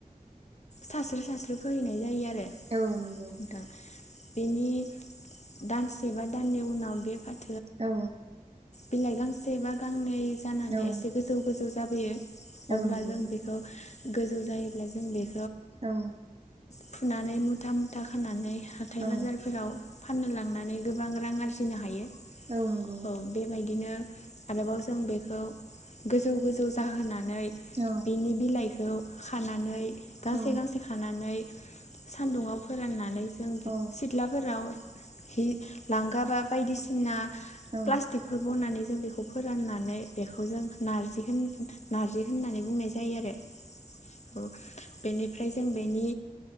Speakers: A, on the left; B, on the right.
A: सास्रो सास्रो फैहैनाय जायो आरो।
B: औ नंगौ।
A: नोंथां बेनि दानसेबा दाननि उनाव बे फाथो
B: औ।
A: बिलाइ गांसे बा गांनै जानानै
B: औ
A: एसे गोजौ गोजौ जाब अब्ला
B: नंगौ
A: जों बेखौ गोजौ जायोब्ला जों बेख
B: औ।
A: फुनानै मुथा मुथा खानानै हाथाय
B: औ
A: बाजारफोराव फाननो लांनानै गोबां रां आरजिनो हायो।
B: औ नंगौ।
A: औ बेबायदिनो आरोबाव जों बेखौ गोजौ गोजौ जाहोनानै
B: औ
A: बिनि बिलाइख खौ खानानै गांसे
B: औ
A: गांसे खानानै सान्दुंआव फोराननानै जों
B: औ
A: बि सिथ्लाफोराव हि लांगाबा बायदिसिना
B: औ
A: प्लास्टिकफोर बनानै जों बेखौ फोराननानै बेखौ जों नारजि होन नार्जि होननानै बुंनाय जायो आरो। औ बेनिफ्राय जों बेनि